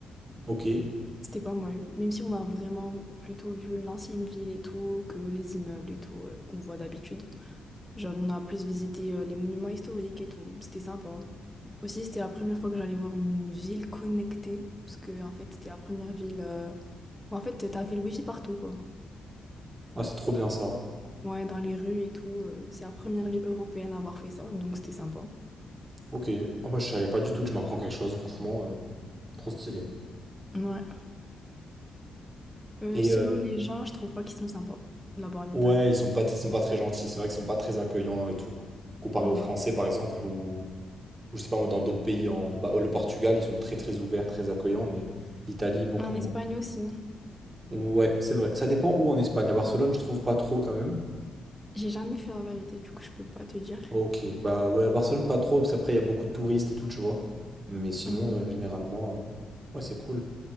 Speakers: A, on the right (about 25°); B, in the centre.
A: Ok.
B: C'était pas mal, même si on a vraiment plutôt vu l'ancienne ville et tout, que les immeubles et tout, euh, qu'on voit d'habitude. Genre, on a plus visité, euh, les monuments historiques et tout. C'était sympa. Aussi, c'était la première fois que j'allais voir une ville connectée, parce que en fait, c'était la première ville. euh, où, en fait, t'avais le wifi partout, quoi.
A: Ah, c'est trop bien ça.
B: Ouais, dans les rues et tout. euh, c'est la première ville européenne à avoir fait ça, donc c'était sympa.
A: Ok. Ah bah, je savais pas du tout, tu m'apprends quelque chose, franchement. euh, trop stylé.
B: Ouais. Euh,
A: Et
B: sinon,
A: euh,
B: les gens, je trouve pas qu'ils sont sympas là-bas en Italie.
A: ouais, ils sont pas, ils sont pas très gentils, c'est vrai qu'ils sont pas très accueillants et tout. Comparé
B: Non.
A: aux Français, par exemple, ou, ou je sais pas moi, dans d'autres pays, en, bah, le Portugal, ils sont très très ouverts, très accueillants, mais l'Italie, beaucoup
B: En
A: moins.
B: Espagne aussi.
A: Ouais, c'est vrai. Ça dépend où en Espagne. À Barcelone, je trouve pas trop quand même.
B: J'ai jamais fait la vérité, du coup, je peux pas te dire.
A: Ok, bah ouais, à Barcelone pas trop, parce qu'après il y a beaucoup de touristes et tout, tu vois. Mais sinon,
B: Mhm.
A: euh, généralement, euh, ouais, c'est cool.